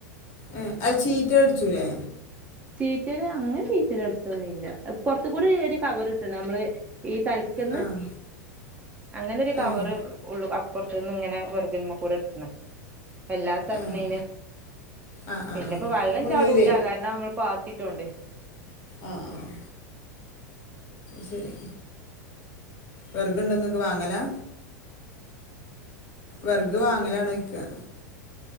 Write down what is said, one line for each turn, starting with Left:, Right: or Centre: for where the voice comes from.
Left: ഏ അത് ചീറ്റൽ അടിച്ചൂല്ലേ
Right: ചീറ്റൽ അങ്ങനെ ചീറ്റല് അടിച്ചൊന്നും ഇല്ല. പുറത്ത് കൂടി ഒരു കവർ ഇട്ടിന് നമ്മള്. ഈ ത ക്ക്ന്ന്..
Left: ആഹ്
Right: അങ്ങനൊരു കവറ്
Left: ആഹ്
Right: ഉള്ളൂ പുറത്തു നിന്ന് ഇങ്ങനെ വെറുതെ മുമ്പിൽ കൂടെ ഇടണ്. വെല്ലാതെ തട്ടണതിന്,
Left: ആഹ് ആഹ് ആഹ്
Right: പിന്നെപ്പോ
Left: ആഹ്
Right: വെള്ളം
Left: ഉള്ളില്
Right: ചാടൂല അത് കാരണം ന്ന നമ്മള് പാത്തിട്ടോണ്ട്
Left: ആഹ് ആഹ് ശരി വെറക് ഉണ്ടോ ഇങ്ങക്ക്, വാങ്ങണോ അല വെറക് വാങ്ങലാണോന്ന് ചോയ്ക്ക.